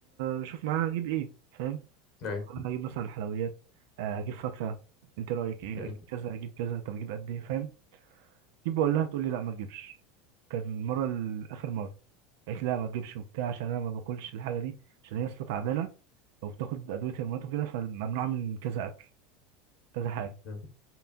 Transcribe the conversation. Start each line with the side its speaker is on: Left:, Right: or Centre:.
Right: بشوف معاها هجيب ايه فاهم
Left: أيوة
Right: انا هجيب مثلا حلويات آه، هجيب فاكهه انت رايك ايه
Left: مم.
Right: اجيب كذا اجيب كذا طب اجيب قد ايه فاهم جيب بقول لها تقول لي لا ما تجيبش كان المره الاخر مره قالت لا ما تجيبش وبتاع عشان انا ما باكلش الحاجه دي عشان هي لسه تعبانه او بتاخد ادويه هرمونات وكده فممنوعه من كذا اكل كذا حاجه
Left: مم.